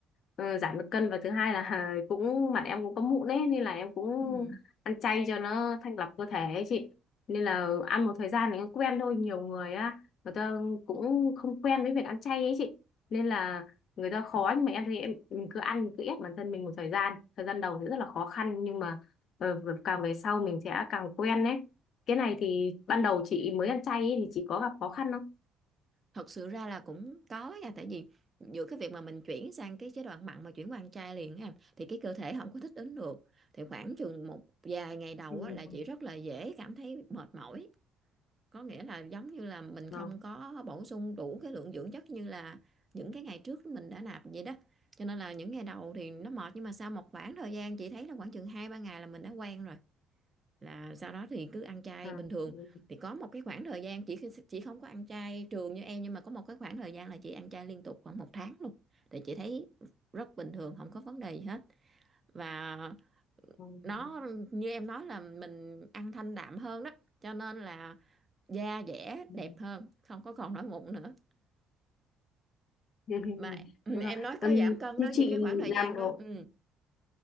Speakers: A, on the left (about 60°); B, on the right (about 30°).
A: ờ, giảm được cân và thứ hai là <laughs> cũng mặt em cũng có mụn ấy nên là em cũng
B: Ừ.
A: ăn chay cho nó thanh lọc cơ thể ấy chị. Nên là ăn một thời gian thì cũng quen thôi, nhiều người á người ta cũng không quen với việc ăn chay ấy chị. Nên là người ta khó nhưng mà em thấy em mình cứ ăn cứ ép bản thân mình một thời gian, thời gian đầu thì rất là khó khăn nhưng mà Ờ, càng về sau mình sẽ càng quen đấy cái này thì ban đầu chị mới ăn chay ấy, thì chị có gặp khó khăn không
B: Thật sự ra là cũng có nha tại vì giữa cái việc mà mình chuyển sang cái chế độ ăn mặn mà chuyển qua ăn chay liền á em thì cái cơ thể không có thích ứng được thì khoảng chừng một vài ngày đầu
A: Ừ.
B: á, là chị rất là dễ cảm thấy mệt mỏi có nghĩa là giống như là mình không
A: Ờ,
B: có bổ sung đủ cái lượng dưỡng chất như là những cái ngày trước mình đã nạp vậy đó cho nên là những ngày đầu thì nó mệt nhưng mà sau một khoảng thời gian chị thấy là khoảng chừng hai ba ngày là mình đã quen rồi là sau đó thì cứ ăn chay
A: à,
B: bình thường
A: ừ,
B: thì có một cái khoảng thời gian chị chị không có ăn chay trường như em nhưng mà có một cái khoảng thời gian là chị ăn chay liên tục khoảng một tháng luôn thì chị thấy rất bình thường không có vấn đề gì hết và
A: ừ,
B: nó như em nói là mình ăn thanh đạm hơn đó cho nên là da dẻ
A: ừ.
B: đẹp hơn không có còn nổi mụn nữa
A: <laughs>
B: mà ừ,
A: đúng
B: em
A: rồi
B: nói
A: Ừm,
B: có giảm cân
A: như
B: đó
A: chị
B: vì cái khoảng thời
A: làm
B: gian
A: đồ
B: đó ừ,